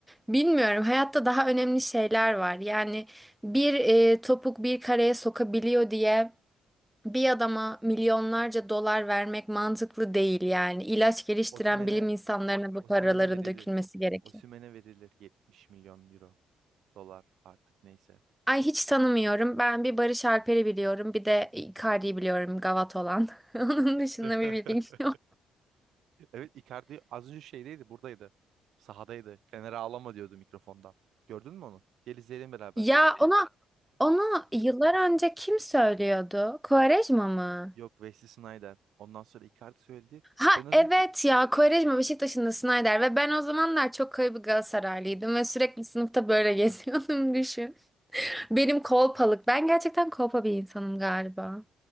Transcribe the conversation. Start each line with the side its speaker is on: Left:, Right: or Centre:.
Centre: bilmiyorum hayatta daha önemli şeyler var. Yani bir e, topuk bir kareye sokabiliyor diye. Bir adama milyonlarca dolar vermek mantıklı değil yani. İlaç geliştiren
Right: Osimhen'e
Centre: bilim insanlarına bu
Right: Osimhen'e
Centre: paraların
Right: verilir.
Centre: dökülmesi gerekiyor.
Right: Osimhen'e verilir 70 milyon euro, dolar artık neyse.
Centre: Ay hiç tanımıyorum. Ben bir Barış Alper'i biliyorum. Bir de Icardi'yi biliyorum, gavat olan. <laughs> Onun dışında
Right: <laughs>
Centre: bir bilgim yok.
Right: Evet Icardi az önce şeydeydi, buradaydı. Sahadaydı. Fener'e ağlama diyordu mikrofonda. Gördün mü onu? Gel izleyelim beraber.
Centre: Ya ona onu yıllar önce kim söylüyordu? Quaresma mı?
Right: Yok Wesley Sneijder. Ondan sonra Icardi söyledi.
Centre: Ha
Right: Ben az
Centre: evet
Right: önce
Centre: ya Quaresma Beşiktaş'ın da Snyder ve ben o zamanlar çok koyu bir Galatasaraylıydım ve sürekli sınıfta böyle geziyordum <laughs> düşün. Benim kolpalık. Ben gerçekten kolpa bir insanım galiba.